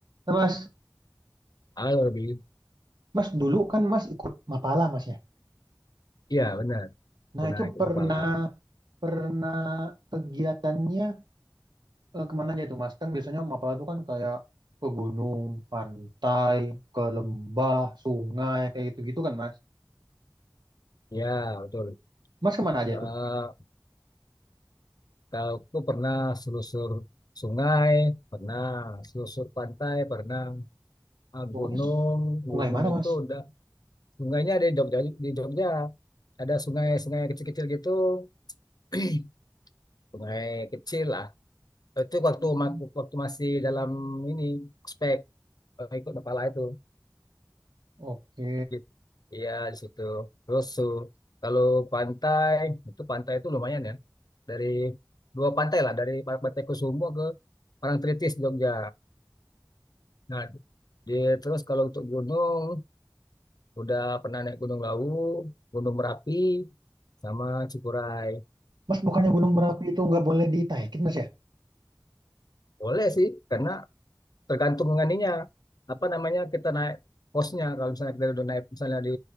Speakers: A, on the right; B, on the left.
A: Nah, Mas,
B: Halo Robi,
A: Mas dulu kan Mas ikut Mapala Mas ya.
B: iya benar,
A: Nah
B: pernah
A: itu
B: ikut
A: pernah
B: Mapala.
A: pernah kegiatannya eh, kemana aja itu Mas? Kan biasanya Mapala itu kan kayak ke gunung, pantai, ke lembah, sungai kayak gitu-gitu kan Mas.
B: Ya betul.
A: Mas kemana aja
B: Eh,
A: tuh?
B: kalau aku pernah selusur sungai, pernah selusur pantai, pernah eh,
A: Pokoknya
B: gunung.
A: sungai
B: Gunung
A: mana
B: itu
A: Mas?
B: udah sungainya ada di Jogja, di Jogja. Ada sungai-sungai kecil-kecil gitu, <clears throat> sungai kecil lah. Itu waktu
A: Hmm,
B: ma- waktu masih dalam ini ospek eh, ikut kepala itu.
A: Oke.
B: Gitu. Iya di situ. Terus eh, kalau pantai itu pantai itu lumayan ya. Dari dua pantai lah dari Pantai Kusumo ke Parangtritis Jogja. Nah, di, terus kalau untuk gunung udah pernah naik Gunung Lawu, Gunung Merapi sama Cikuray.
A: Mas bukannya Gunung Merapi itu nggak boleh ditaikin Mas ya?
B: Boleh sih karena tergantung nganinya apa namanya kita naik posnya kalau misalnya kita udah naik misalnya di